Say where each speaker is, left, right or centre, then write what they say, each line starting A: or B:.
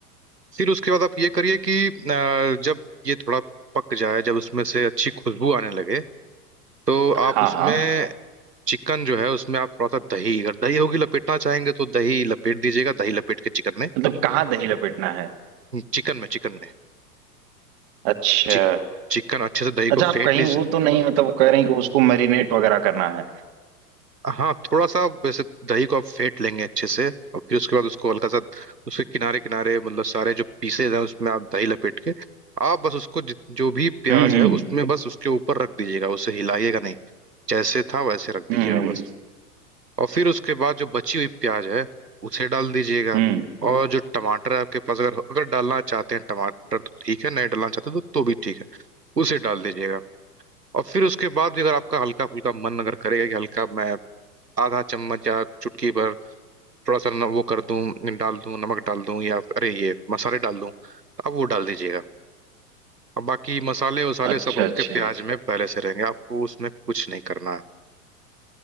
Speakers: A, on the right; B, on the right.
A: फिर उसके बाद आप ये करिए कि अ, जब ये थोड़ा पक जाए जब उसमें से अच्छी खुशबू आने लगे तो
B: हाँ
A: आप उसमें
B: हाँ
A: चिकन जो है उसमें आप थोड़ा सा दही अगर दही होगी लपेटना चाहेंगे तो दही लपेट दीजिएगा दही लपेट के चिकन में
B: मतलब कहाँ दही लपेटना है
A: चिकन में चिकन में
B: अच्छा
A: चिक, चिकन अच्छे से दही
B: अच्छा
A: को
B: आप
A: फेंट
B: कहीं
A: लीजिए
B: वो तो नहीं मतलब कह रहे हैं कि उसको मैरिनेट वगैरह करना है
A: हाँ थोड़ा सा वैसे दही को आप फेंट लेंगे अच्छे से और फिर उसके बाद उसको हल्का सा उसके किनारे किनारे मतलब सारे जो पीसेज हैं उसमें आप दही लपेट के आप बस उसको जित- जो भी प्याज
B: हम्म हम्म
A: है उसमें बस उसके ऊपर रख दीजिएगा उसे हिलाइएगा नहीं जैसे था वैसे रख
B: हम्म
A: दीजिएगा बस और फिर उसके बाद जो बची हुई प्याज है उसे डाल दीजिएगा
B: हम्म
A: हम्म और जो टमाटर है आपके पास अगर अगर डालना चाहते हैं टमाटर तो ठीक है नहीं डालना चाहते तो तो भी ठीक है उसे डाल दीजिएगा और फिर उसके बाद भी अगर आपका हल्का फुल्का मन अगर करेगा कि हल्का मैं आधा चम्मच या चुटकी भर थोड़ा सा न- वो कर दूं डाल दूं नमक डाल दूं या अरे ये मसाले डाल दूं तो आप वो डाल दीजिएगा अब बाकी मसाले वसाले
B: अच्छा
A: सब आपके
B: अच्छा
A: प्याज में पहले से रहेंगे आपको उसमें कुछ नहीं करना है